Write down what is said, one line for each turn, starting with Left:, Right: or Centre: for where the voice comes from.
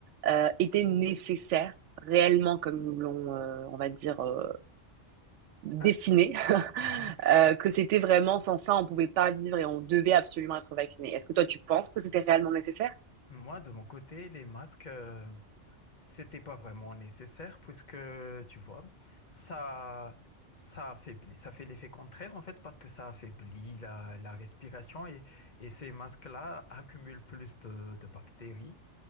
Right: euh, étaient nécessaires réellement comme ils nous l'ont, euh, on va dire, euh, dessiné,
Left: ah,
Right: <laughs>
Left: mhm.
Right: euh,
Left: Ah,
Right: que c'était vraiment sans ça, on pouvait pas vivre et on devait absolument être vacciné. Est-ce que toi, tu penses que c'était réellement nécessaire?
Left: Moi, de mon côté, les masques, euh, c'était pas vraiment nécessaire puisque, tu vois, ça, ça affaiblit, ça fait l'effet contraire en fait parce que ça affaiblit la, la respiration et, et ces masques-là accumulent plus de, de bactéries.